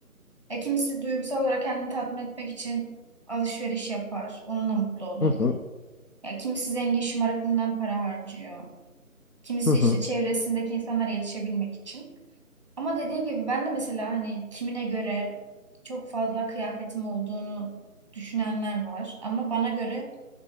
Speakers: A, on the right; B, on the left.
A: E, kimisi duygusal olarak kendini tatmin etmek için alışveriş yapar. Onunla mutlu olur.
B: Hı hı,
A: Ya kimisi zengin şımarıklığından para harcıyor. Kimisi
B: hı hı,
A: işte çevresindeki insanlara yetişebilmek için. Ama dediğin gibi ben de mesela hani kimine göre çok fazla kıyafetim olduğunu düşünenler var. Ama bana göre